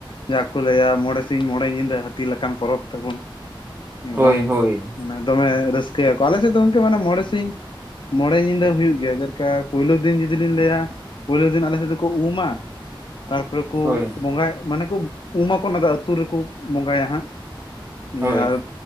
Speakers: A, on the left (about 65°); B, on the right (about 25°).
A: ᱡᱟᱦᱟᱸ ᱠᱚ ᱞᱟᱹᱭᱟ ᱢᱚᱬᱮ ᱥᱤᱧ ᱢᱚᱬᱮ ᱧᱤᱫᱟᱹ ᱦᱟᱹᱛᱤ ᱞᱮᱠᱟᱱ ᱯᱚᱨᱚᱵᱽ ᱛᱟᱵᱩᱱ᱾ ᱮᱠᱫᱚᱢ
B: ᱦᱳᱭ ᱦᱳᱭ
A: ᱢᱟᱱᱮ ᱫᱚᱢᱮ ᱨᱟᱹᱥᱠᱟᱹᱭᱟᱠᱚ᱾ ᱟᱞᱮ ᱥᱮᱫ ᱫᱚ ᱜᱚᱝᱠᱮ ᱢᱟᱱᱮ ᱢᱚᱬᱮ ᱥᱤᱧ ᱢᱚᱬᱮ ᱧᱤᱫᱟᱹ ᱦᱩᱭᱩᱜ ᱜᱮᱭᱟ᱾ ᱪᱮᱫᱠᱟ ᱯᱳᱭᱞᱳ ᱫᱤᱱ ᱡᱩᱫᱤ ᱞᱤᱧ ᱞᱟᱹᱭᱟ, ᱯᱳᱭᱞᱳ ᱫᱤᱱ ᱟᱞᱮᱥᱮᱫ ᱫᱚᱠᱚ ᱩᱢᱟ᱾ ᱛᱟᱨᱯᱚᱨᱮ ᱠᱚ
B: ᱦᱳᱭ
A: ᱵᱚᱸᱜᱟᱭ ᱢᱟᱱᱮ ᱠᱚ ᱩᱢᱟ ᱠᱚ ᱚᱱᱟᱛ ᱨᱮᱠᱚ ᱵᱚᱸᱜᱟᱭᱟ ᱦᱟᱸᱜ᱾
B: ᱦᱳᱭ
A: ᱟᱨ